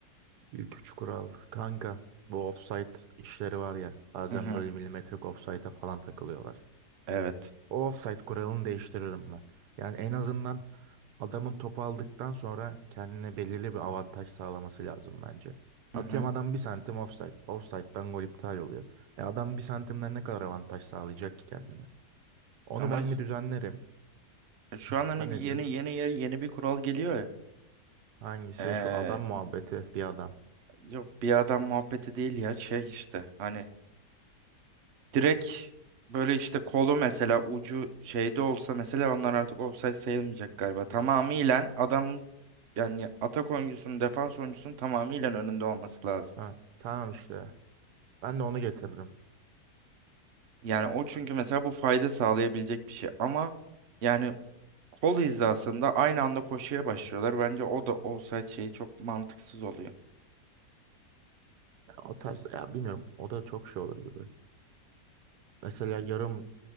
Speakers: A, on the right; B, on the right.
A: İlk üç kural. Kanka bu offside işleri var ya. Bazen
B: Hı hı.
A: böyle milimetrik offside'a falan takılıyorlar.
B: Evet.
A: O offside kuralını değiştiririm ben. Yani en azından adamın topu aldıktan sonra kendine belirli bir avantaj sağlaması lazım bence. Atıyorum
B: Hı hı.
A: adam bir santim offside. Offside'dan gol iptal oluyor. E adam bir santimden ne kadar avantaj sağlayacak ki kendine? Onu
B: Ama
A: ben mi düzenlerim?
B: şu an hani
A: Ha ne
B: bir yeni
A: diyorsun?
B: yeni yeni yeni bir kural geliyor ya.
A: Hangisi?
B: Ee,
A: Şu adam muhabbeti bir adam.
B: yok bir adam muhabbeti değil ya şey işte hani Direkt böyle işte kolu mesela ucu şeyde olsa mesela onlar artık ofsayt sayılmayacak galiba. Tamamıyla adam yani atak oyuncusunun defans oyuncusunun tamamıyla önünde olması lazım.
A: Ha, tamam işte. Ben de onu getiririm.
B: Yani o çünkü mesela bu fayda sağlayabilecek bir şey ama yani kol hizasında aynı anda koşuya başlıyorlar. Bence o da olsaydı şeyi çok mantıksız oluyor.
A: Ya o tarz ya bilmiyorum o da çok şey olur gibi. Mesela yarım